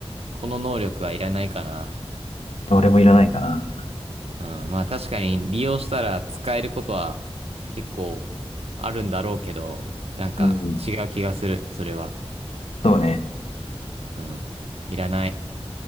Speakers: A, on the right; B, on the left.
A: この能力はいらないかな。
B: 俺もいらないかな。
A: うん、まあ確かに利用したら使えることは結構あるんだろうけど、なんか違う気がする、
B: うん。
A: それは。
B: そうね。
A: うん、いらない。